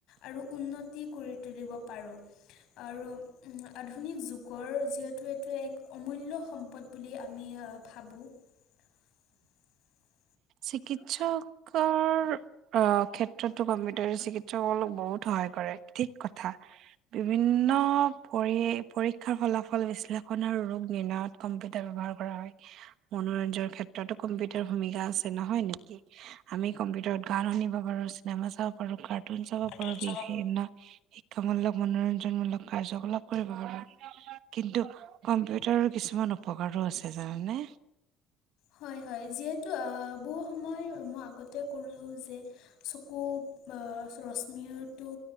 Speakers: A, on the left; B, on the right.
A: আৰু উন্নতি তুলিব পাৰোঁ। আধুনিক যুগৰ যিহেতু এইটো এক অমূল্য সম্পদ বুলি আমি ভাবোঁ। <unintelligible>
B: চিকিৎসকৰ আহ' ক্ষেত্ৰতো কম্পিউটাৰ চিকিৎসকসকলক বহুত সহায় কৰে ঠিক কথা। বিভিন্ন প পৰীক্ষাৰ ফলাফল বিশ্লেষণ আৰু ৰোগ নিৰ্ণয় কৰা। কম্পিউটাৰ ব্যৱহাৰ কৰা হয় মনোৰঞ্জনৰ ক্ষেত্ৰতো কম্পিউটাৰ ভূমিকা আছে নহয় নেকি। আমি কম্পিউটাৰত গান শুনিব পাৰোঁ, চিনেমা চাব পাৰো কাৰ্টুন
A: ভাবোঁ
B: চাব পাৰোঁ বিভিন্ন শিক্ষামূলক মনোৰঞ্জনমূলক কাৰ্যকলাপ কৰিব পাৰো, কিন্তু কম্পিউটাৰৰ কিছুমান অপকাৰো আছে জানানে।
A: হয়, হয় যিহেতু বহু সময় মই আগতে কলো যে চকু ৰশ্মিৰটো